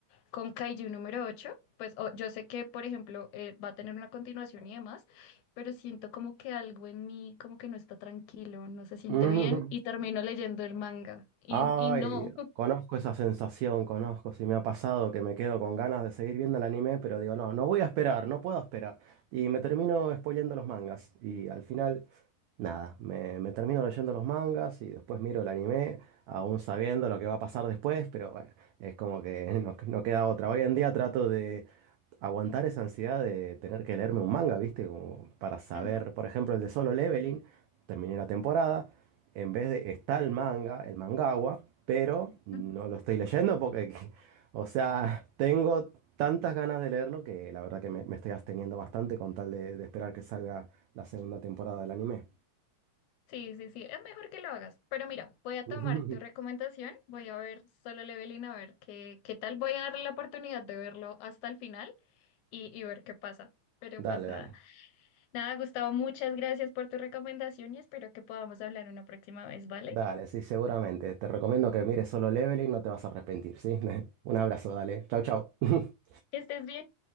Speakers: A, on the left; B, on the right.
A: con Kaiju número ocho pues o- yo sé que por ejemplo eh, va a tener una continuación y demás, pero siento como que algo en mí como que no está tranquilo, no se siente
B: Ujú.
A: bien y
B: <laughs>
A: termino leyendo el manga y,
B: Ay,
A: y no.
B: conozco esa sensación, conozco, si me ha pasado que me quedo con ganas de seguir viendo el anime, pero digo, no, no voy a esperar, no puedo esperar. Y me termino spoileando los mangas. Y al final, nada, me, me termino leyendo los mangas y después miro el anime, aún sabiendo lo que va a pasar después, pero bueno, es como que <laughs> no, no queda otra. Hoy en día trato de, aguantar esa ansiedad de tener que leerme un manga, ¿viste? Como para saber,
A: <laughs>
B: por ejemplo, el de Solo Leveling, terminé la temporada, en vez de está el manga, el mangawa, pero no
A: Ujú.
B: lo estoy leyendo porque, <laughs> o sea, tengo tantas ganas de leerlo que la verdad que me, me estoy absteniendo bastante con tal de, de esperar que salga la segunda temporada del anime.
A: Sí, sí, sí, es mejor que lo hagas. Pero mira, voy a
B: <laughs>
A: tomar tu recomendación, voy a ver Solo Leveling a ver qué, qué tal, voy a darle la oportunidad de verlo hasta el final y, y ver qué pasa. Pero
B: Dale,
A: pues nada,
B: dale.
A: nada, Gustavo, muchas gracias por tu recomendación y espero que podamos hablar una próxima vez, ¿vale?
B: Dale, sí, seguramente. Te recomiendo que mires Solo Leveling, no te vas a arrepentir, ¿sí? <laughs> Un abrazo, dale. Chau, chau. <laughs>
A: Que estés bien.